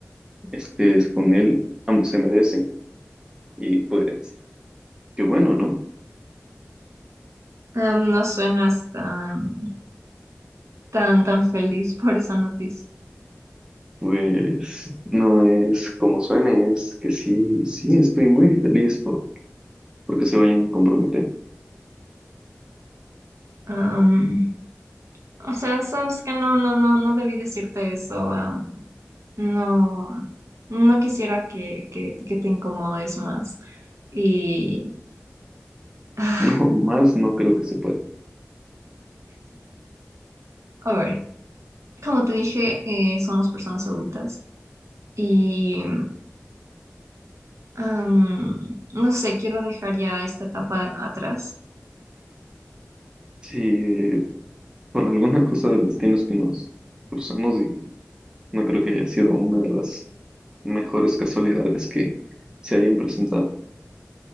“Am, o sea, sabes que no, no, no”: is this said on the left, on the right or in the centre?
Right